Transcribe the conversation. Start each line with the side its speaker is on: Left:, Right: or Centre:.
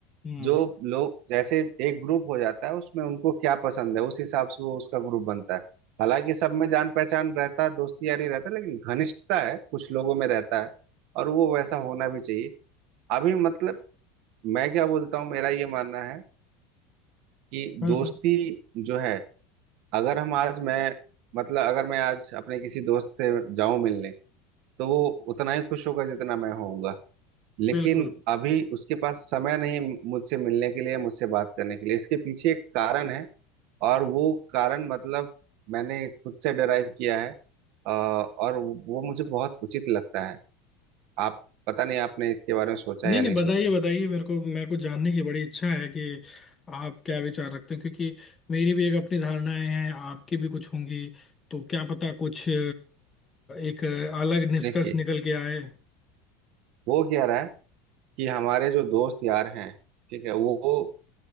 Left: हम्म
Right: जो लोग जैसे एक ग्रुप हो जाता है उसमें उनको क्या पसंद है उस हिसाब से वो उसका ग्रुप बनता है हालांकि सब में जान पहचान रहता है दोस्ती यारी रहता है लेकिन घनिष्ठता है कुछ लोगों में रहता है और वो वैसा होना भी चाहिए अभी मतलब मैं क्या बोलता हूँ मेरा ये मानना है कि
Left: हम्म
Right: दोस्ती
Left: हम्म,
Right: जो है अगर हम आज मैं मतलब अगर मैं आज अपने किसी दोस्त से जाऊं मिलने तो वो उतना ही खुश होगा जितना मैं होऊंगा लेकिन
Left: बिल्कुल
Right: अभी उसके पास समय नहीं है मुझसे मिलने के लिए मुझसे बात करने के लिए इसके पीछे एक कारण है और वो कारण मतलब मैंने खुद से डराइव किया है अ, और वो मुझे बहुत उचित लगता है आप पता नहीं आपने इसके बारे में सोचा
Left: नहीं
Right: है या
Left: नहीं
Right: नहीं
Left: बताइए
Right: सोचा है
Left: बताइए मेरे को मेरे को जानने की बड़ी इच्छा है कि आप क्या विचार रखते हैं क्योंकि मेरी भी एक अपनी धारणाएं हैं आपकी भी कुछ होंगी तो क्या पता कुछ अ, एक अलग निष्कर्ष
Right: देखिए
Left: निकल के आए
Right: वो क्या रहा है कि हमारे जो दोस्त यार हैं ठीक है वो वो-